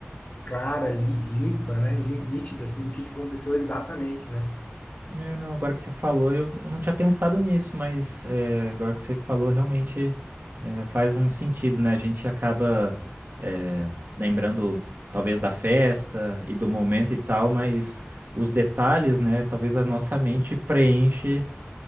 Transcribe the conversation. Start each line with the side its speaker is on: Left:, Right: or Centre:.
Left: clara, li- limpa, né, lin- nítida, assim, do que, que aconteceu exatamente, né?
Right: É, não, agora que você falou, eu, eu não tinha pensado nisso, mas é, agora que você falou, realmente é, faz um sentido, né? A gente acaba é, lembrando, talvez, da festa e do momento e tal, mas os detalhes, né? Talvez a nossa mente preenche.